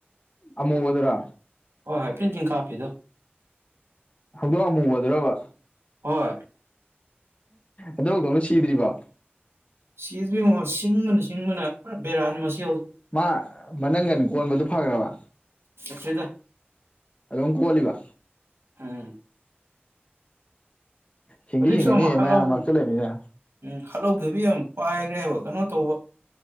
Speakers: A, on the left; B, on the right.
A: ꯑꯃꯨ ꯑꯣꯗꯨ꯭ꯔꯥ
B: ꯍꯣꯏ ꯍꯣꯏ ꯄ꯭ꯔꯤꯟꯇꯤꯡ ꯀꯥꯞꯄꯤꯤꯗꯣ
A: ꯍꯧꯗꯣꯛ ꯑꯃꯨ ꯑꯣꯏꯗ꯭ꯔꯕ
B: ꯍꯣꯏ
A: ꯑꯗꯨꯧꯗꯧꯅ ꯁꯤꯗ꯭ꯔꯤꯕ
B: ꯁꯤꯁꯤꯉꯣ ꯁꯤꯡꯕꯅ ꯁꯤꯡꯕꯅ ꯄꯨꯔꯥ ꯕꯦꯔꯥꯅ ꯃꯁꯤꯡ
A: ꯃꯥ ꯃꯅꯪꯒꯟ ꯀꯣꯟꯕꯗꯨ ꯐꯈ꯭ꯔꯕ
B: ꯆꯆꯦꯗ
A: ꯑ ꯀꯣꯜꯕꯥ
B: ꯎꯝ
A: ꯁꯤꯡꯗꯤ
B: ꯍꯧꯖꯤꯛꯁꯨ
A: ꯁꯤꯡꯒꯅꯤꯍꯦ
B: ꯑꯃ ꯍꯠꯂꯧ
A: ꯃꯌꯥꯝ ꯃꯔ ꯆ ꯂꯩꯅꯤꯅ
B: ꯎꯝ ꯍꯥꯠꯍꯧꯗꯕꯤ ꯌꯥꯝ ꯄꯥꯏꯈ꯭ꯔꯦꯕ ꯀꯩꯅꯣ ꯇꯧꯕ